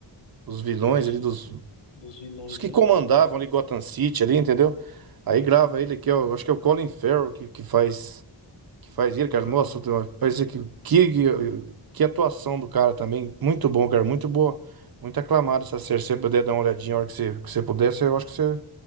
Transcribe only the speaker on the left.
Dos,
dos vilões,
né?
Ah, legal.
Ah,
uhum.